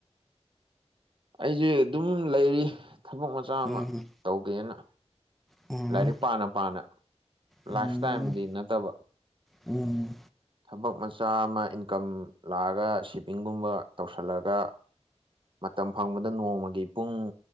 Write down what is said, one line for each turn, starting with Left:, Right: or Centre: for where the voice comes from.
Right: ꯑꯩꯁꯦ ꯑꯗꯨꯝ ꯂꯩꯔꯤ ꯊꯕꯛ ꯃꯆꯥ ꯑꯃ
Centre: ꯎꯝ
Right: ꯇꯧꯒꯦꯅ
Centre: ꯎꯝ
Right: ꯂꯥꯏꯔꯤꯛ ꯄꯥꯅ ꯄꯥꯅ
Centre: ꯎꯝ
Right: ꯂꯥꯏꯐ ꯇꯥꯏꯝꯗꯤ ꯅꯠꯇꯕ
Centre: ꯎꯝ
Right: ꯊꯕꯛ ꯃꯆꯥ ꯑꯃ ꯏꯟꯀꯝ ꯂꯥꯛꯑꯒ ꯁꯦꯚꯤꯡꯒꯨꯝꯕ ꯇꯧꯁꯤꯜꯂꯒ ꯃꯇꯝ ꯐꯪꯕꯗ ꯅꯣꯡꯃꯒꯤ ꯄꯨꯡ